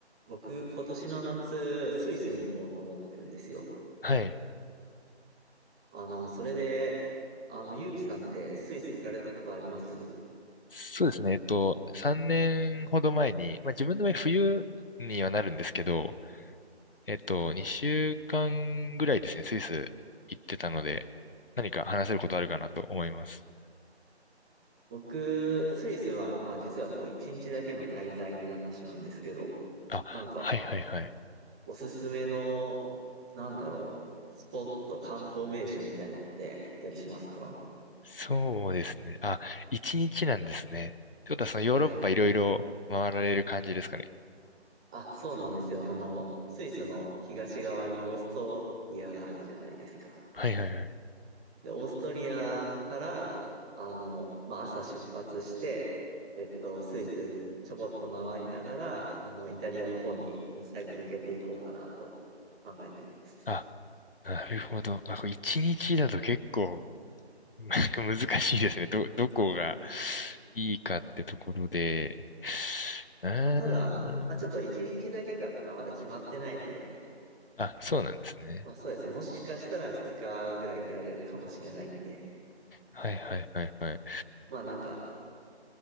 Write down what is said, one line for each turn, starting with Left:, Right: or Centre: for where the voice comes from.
Centre: 僕、今年の夏、スイスに行こうと思ってるんですよ。
Left: はい。
Centre: あの、それで、あの、ゆうきさんってスイス行かれたことあります
Left: そうですね。えっと、3年ほど前に、まあ自分の場合冬にはなるんですけど、えっと、2週間ぐらいですね、スイス行ってたので、何か話せることあるかなと思います。
Centre: 僕、スイスは、まあ実はこう、一日だけの滞在になってしまうんですけど、
Left: あ、
Centre: なんか、
Left: はいはいはい。
Centre: おすすめの、なんだろう、スポット、観光名所みたいのってあったりしますか
Left: そうですね。あ、1日なんですね。ってことはそのヨーロッパいろいろ回られる感じですかね。
Centre: はい。あ、そうなんですよ。あの、スイスの東側にオーストリアがあるじゃないですか。
Left: はいはいはい。
Centre: で、オーストリアから、あの、まあ、朝出発して、えっと、スイスちょこっと回りながら、あの、イタリアの方に最後抜けていこうかなと考えています。
Left: あ、なるほど。あ、これ1日だと結構 <laughs> なんか難しいですね。ど、どこがいいかってところで。うー
Centre: まあ、ただ、まあ、ちょっと1日だけかってのはまだ決まってないので、
Left: ん。あ、そうなんですね。
Centre: まあ、そうですね。もしかしたら2日ぐらいいられるかもしれないんで、
Left: はいはいはいはい。
Centre: まあ、なんか、